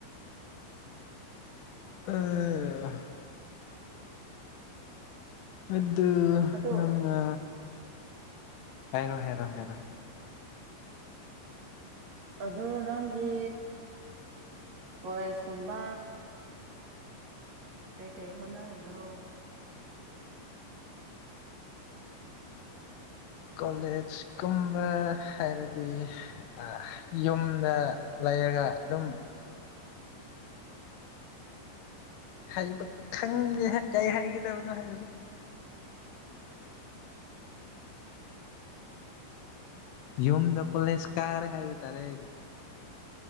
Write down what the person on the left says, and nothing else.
ꯑ꯫ ꯑ꯫ ꯑꯗꯨ
ꯅꯪꯅ ꯍꯥꯏꯔꯣ ꯍꯥꯏꯔꯣ ꯍꯥꯏꯔꯣ꯫
ꯀꯣꯂꯦꯖ꯫ ꯀꯨꯝꯕ ꯍꯥꯏꯕꯗꯤ꯫
ꯑ ꯌꯨꯝꯗ ꯂꯩꯔꯒ ꯑꯗꯨꯝ꯫ ꯍꯩꯕ ꯈꯪꯗꯦ ꯍꯦꯛ ꯀꯩ ꯍꯥꯏꯒꯗꯕꯅꯣ ꯍꯥꯏꯕꯁꯨ꯫ ꯌꯨꯝꯗ ꯀꯣꯂꯦꯖ ꯀꯥꯔꯦ ꯍꯥꯏꯕ ꯇꯥꯔꯦ ꯑꯩꯗꯤ꯫